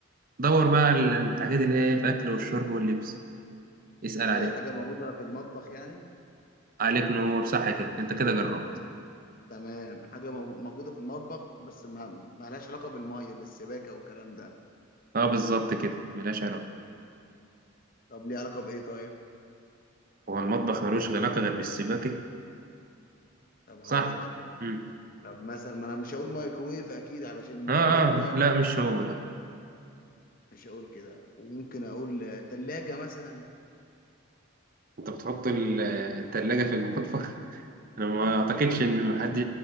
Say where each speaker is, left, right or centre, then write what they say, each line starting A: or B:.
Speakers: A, on the right (about 40°); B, on the left (about 40°).
A: دور بقى على الحاجات اللي هي في اكل والشرب واللبس اسأل
B: طب
A: عليهم
B: هي حاجة موجودة في المطبخ يعني
A: عليك نور صح كده انت كده جربت
B: تمام حاجة مو- موجودة في المطبخ بس ما ما لهاش علاقة بالمية بالسباكة والكلام ده
A: اه بالظبط كده ملهاش علاقة
B: طب ليه علاقة بإيه طيب
A: هو المطبخ ملوش علاقة غير بالسباكة
B: طب
A: صح
B: هقول لك يعني
A: مم.
B: طب مثلا ما انا مش هقول مايكرويف اكيد علشان الميكرويف
A: اه اه
B: ده
A: لا مش هو لا
B: مش هقول كده وممكن اقول آه، تلاجة مثلا
A: انت بتحط ال- التلاجة في المطبخ <laughs> انا ما اعتقدش ان حد